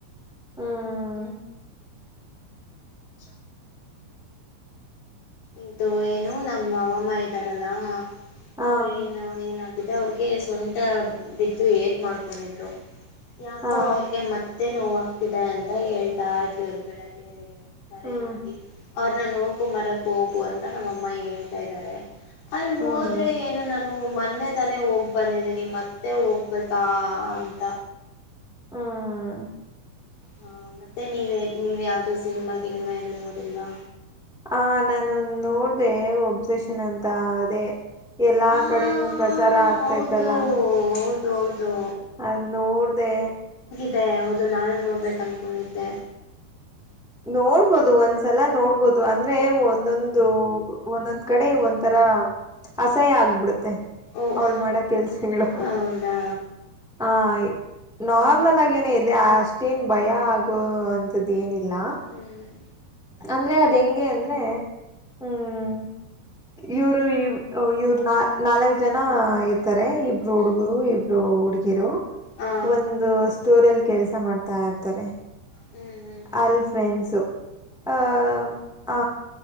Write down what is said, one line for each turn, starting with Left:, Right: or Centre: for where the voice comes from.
Centre: ಹ್ಮ್ <inaudible>
Left: ಇದು ಏನು ನಮ್ಮ ಅಮ್ಮ ಇದ್ದಾರಲ್ಲಾ
Centre: ಹಾ
Left: ಅವ್ರೇನು ಏನ. ಡ ಅವ್ರಿಗೆ ಸೊಂಟ ಬಿದ್ದು ಏಟ್ ಮಾಡ್ಕೊಂಡಿದ್ರು ಯಾಕೋ
Centre: ಹಾ
Left: ಅವ್ರಿಗೆ ಮತ್ತೆ ನೋವಾಗ್ತಿದೆ ಅಂತ ಹೇಳ್ತಾ ಇದ್ರಿದ ಬೆಳಗ್ಗೆ ಕರೆ
Centre: ಹ್ಮ್
Left: ಮಾಡಿ ಅವ್ರನ್ನ ನೋಡ್ಕೊ ಬರಕ್ ಹೋಗು ಅಂತ ನಮ್ಮಮ್ಮ ಹೇಳ್ತಾ ಇದ್ದಾರೆ. ಅಲ್ಲಿ
Centre: ಹ್ಮ್
Left: ಹೋದ್ರೆ ಏನು ನಾನು. ಮೊನ್ನೆ ತಾನೆ ಹೋಗ್ ಬಂದಿದೀನಿ ಮತ್ತೆ ಹೋಗ್ಬೇಕಾ ಅಂತ.
Centre: ಹ್ಮ್
Left: ಹಾ ಮತ್ತೆ ನೀವ ನೀವ್ ಯಾವ್ದೋ ಸಿನಿಮಾ ಗಿನ್ಮಾ ಏನು ನೋಡಿಲ್ವಾ.
Centre: ಹ ನಾನು ನೋಡ್ದ ಒಬ್ಸೆಷನ್ ಅಂತ ಅದೇ. ಎಲ್ಲಾ
Left: ಹಾ
Centre: ಕಡೆನೂ ಪ್ರಚಾರ ಆಗ್ತೈತಲ್ಲ.
Left: ಹೌದು ಹೌದು ಹೌದು
Centre: ಅದ ನೋಡ್ದೇ.
Left: ಅದೇ ಹೌದು ನಾನು ನೋಡ್ಬೇಕು ಅನ್ಕೊಂಡಿದ್ದೆ
Centre: ನೋಡ್ಬೋದು ಒಂದ್ಸಲ ನೋಡ್ಬೋದು ಅಂದ್ರೆ ಒಂದೊಂದು ಒಂದೊಂದ್ ಕಡೆ ಒಂದ ತರ ಅಸಹ್ಯ ಆಗ್ಬಿಡುತ್ತೆ
Left: ಓಹ್
Centre: ಅವ್ಳ ಮಾಡೋ ಕೆಲ್ಸಗಳು
Left: ಹೌದಾ
Centre: ಹ ನಾರ್ಮಲ್
Left: ಹ್ಮ್
Centre: ಆಗ ಏನ ಇದೆ ಅಷ್ಟೇನ್ ಭಯ ಆಗೋ ಅಂತ್ದ್ ಏನಿಲ್ಲ
Left: ಹ್ಮ್
Centre: ಅಂದ್ರೆ ಅದ್ ಹೆಂಗೆ ಅಂದ್ರೆ ಹ್ಮ್ ಇವ್ರು ಇವುರ್ ನಾ ನಾಲ್ಕ್ ಜನ ಇರ್ ತಾರೆ ಇಬ್ರು
Left: ಹ್ಮ್
Centre: ಹುಡುಗರು ಇಬ್ರು ಹುಡುಗಿರು
Left: ಹಾ
Centre: ಒಂದು ಸ್ಟೋರ್ಲ್ಲಿ ಕೆಲ್ಸ ಮಾಡ್ತಾ ಇರ್ತಾರೆ
Left: ಹ್ಮ್ ಹ್ಮ್ ಹ್ಮ್
Centre: ಅಲ್ಫ್ರೆಂಡ್ಸು ಆ ಹ